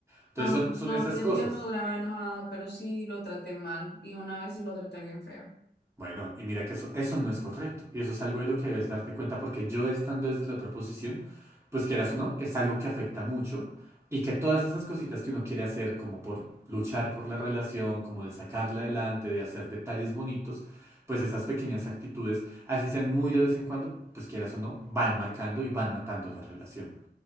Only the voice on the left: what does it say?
No,
no,
tres
días no duraba enojada, pero sí lo traté mal. Y una vez sí lo traté bien feo.